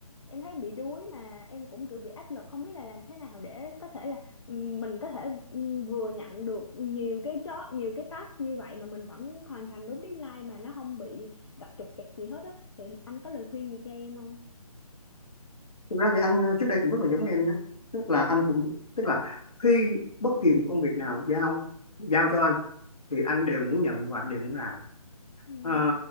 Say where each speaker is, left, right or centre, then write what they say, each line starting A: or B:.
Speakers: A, on the left; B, on the left.
A: em thấy em bị đuối mà em cũng kiểu bị áp lực không biết là làm thế nào để có thể là ừm, mình có thể ừm, vừa nhận được nhiều cái job nhiều cái task như vậy mà mình vẫn hoàn thành đúng deadline mà nó không bị gặp trục trặc gì hết á thì anh có lời khuyên gì cho em không
B: thực ra thì anh ờ, trước đây cũng rất là giống em nhé tức là anh cũng tức là khi bất kỳ một công việc nào giao giao cho anh thì anh đều muốn nhận và anh đều muốn làm
A: ừ
B: Ờ,